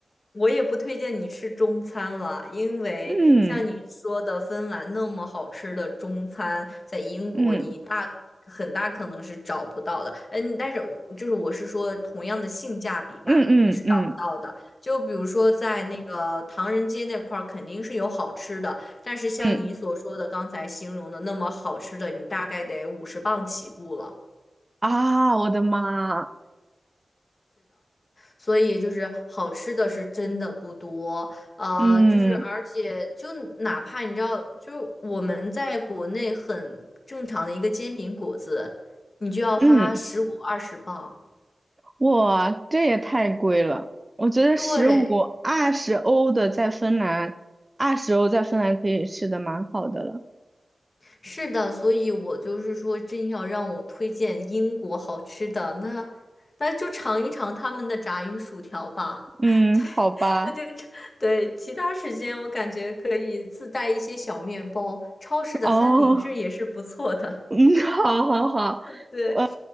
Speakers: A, on the left (about 45°); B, on the right (about 30°).
A: 我也不推荐你吃中餐了，因为像你说的，
B: 嗯
A: 芬兰那么好吃的中餐，在英国你大很大可能是找不到的。
B: 嗯
A: 嗯，但是我就是我是说同样的性价比吧，
B: 嗯嗯嗯嗯
A: 你是找不到的。就比如说在那个唐人街那块儿，肯定是有好吃的，但是像你所说的刚才形容的那么好吃的，
B: 嗯
A: 你大概得五十磅起步了。
B: 啊，我的妈！
A: 所以就是好吃的是真的不多，呃，
B: 嗯
A: 就是而且就哪怕你知道，就我们在国内很正常的一个煎饼果子，你就要花十五二十磅。
B: 嗯，哇，这也太贵了！我觉得十五二十欧的在芬兰，
A: 对，
B: 二十欧在芬兰可以吃的蛮好的了。
A: 是的，所以我就是说，真要让我推荐英国好吃的，那那就尝一尝他们的炸鱼薯条吧。
B: 嗯，好吧，
A: <laughs> 那就尝对，其他时间我感觉可以自带一些小面包，超市的三明治也是不错的。
B: 哦，嗯，<laughs> 好好好，
A: <laughs> 对。
B: 我